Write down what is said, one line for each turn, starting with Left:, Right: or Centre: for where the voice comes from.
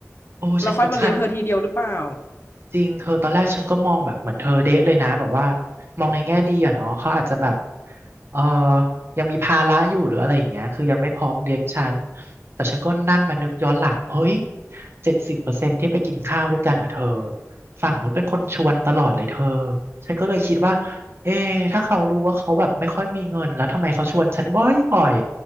Right: โอ้ฉันกับฉัน
Left: แล้วค่อยมาเลี้ยงเธอทีเดียวหรือเปล่า
Right: จริงเธอตอนแรกฉันก็มองแบบเหมือนเธอเดะเลยนะแบบว่ามองในแง่ดีอะเนาะเขาอาจจะแบบเออยังมีภาระอยู่หรืออะไรอย่างเงี้ยคือยังไม่พร้อมเลี้ยงฉันแต่ฉันก็นั่งมานึกย้อนหลังเฮ้ยเจ็ดสิบเปอร์เซ็นที่ไปกินข้าวด้วยกันอ่ะเธอฝั่งนู้นเป็นคนชวนตลอดเลยเธอฉันก็เลยคิดว่าเอ๊ะถ้าเขารู้ว่าเขาแบบไม่ค่อยมีเงินแล้วทำไมเขาชวนฉันบ่อยบ่อย